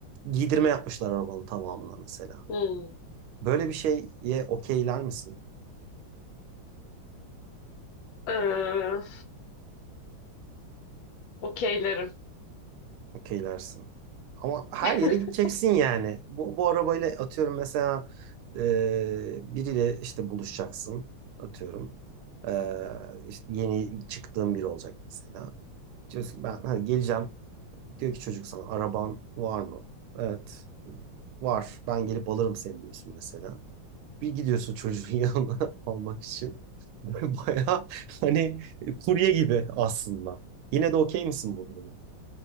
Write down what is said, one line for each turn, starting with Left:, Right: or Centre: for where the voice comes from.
Right: Giydirme yapmışlar arabanın tamamına mesela.
Left: Hmm.
Right: Böyle bir şeye okeyler misin?
Left: Ee, okeylerim.
Right: Okeylersin. Ama her
Left: <laughs>
Right: yere gideceksin yani. Bu, bu arabayla atıyorum mesela e, biriyle işte buluşacaksın atıyorum. E, işte yeni çıktığın biri olacak mesela. Diyorsun ki ben hani geleceğim. Diyor ki çocuk sana araban var mı? Evet var ben gelip alırım seni diyorsun mesela. Bir gidiyorsun çocuğun yanına <laughs> almak için. <laughs> Baya hani e, kurye gibi aslında. Yine de okey misin bu duruma?